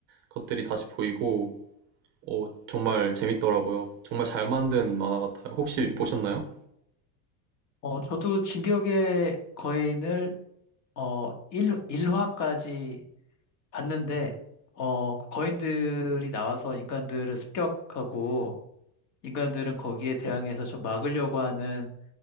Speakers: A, on the right; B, on the left.
A: 것들이 다시 보이고, 어, 정말 재밌더라고요. 정말 잘 만든 만화 같아요. 혹시 보셨나요?
B: 어, 저도 진격의 거인을 어, 1, 화까지 봤는데 어, 그 거인들이 나와서 인간들을 습격하고 인간들은 거기에 대항해서 좀 막으려고 하는